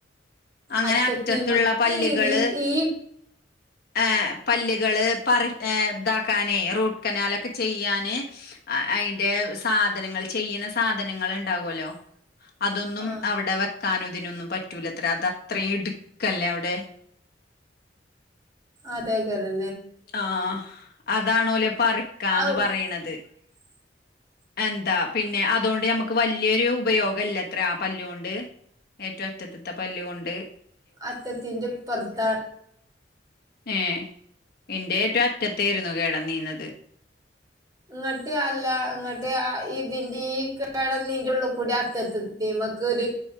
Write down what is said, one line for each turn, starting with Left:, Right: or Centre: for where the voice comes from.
Left: അങ്ങനെ
Right: അറ്റത്തിമക്ക്
Left: അറ്റത്തുള്ള പല്ല്കള്
Right: ഇത് ഈ
Left: ആ പല്ലികള് പറി ആ ഇതാക്കാനെ റൂട്ട് കനാലൊക്കെ ചെയ്യാന് അതിന്റെ സാധനങ്ങൾ ചെയ്യ ന്ന സാധനങ്ങൾ ഉണ്ടാകുല്ലോ
Right: <unintelligible>
Left: അതൊന്നും
Right: ആ
Left: അവിടെ വെക്കാനും ഇതിനൊന്നും പറ്റൂലത്രെ അത അത്രയും ഇടുക്കല്ലേ അവിടെ
Right: അതെ <unintelligible>
Left: ആ അതാണോല് പറിക്കാന്ന്
Right: ഔ
Left: പറയണത്
Right: <unintelligible>
Left: എന്താ പിന്നെ അതുകൊണ്ട് ഞമക്ക് വലിയൊരു ഉപയോഗില്ല ത്രെ ആ പല്ല് കൊണ്ട് ഏറ്റവും അറ്റത്തത്തെ പല്ല് കൊണ്ട്
Right: അറ്റത്തിന്റിപ്പറത്താ
Left: ഏ എന്റെ ഏറ്റോം അറ്റത്തീരുന്നു കേടനീന്നത്
Right: ഇങ്ങട്ട് അല്ല ഇങ്ങട്ട് ഇതിന്റെ ഈ <unintelligible> ഉള്ളി കൂടി അറ്റത്തെത്തീ നമക്ക്‌ ഒരു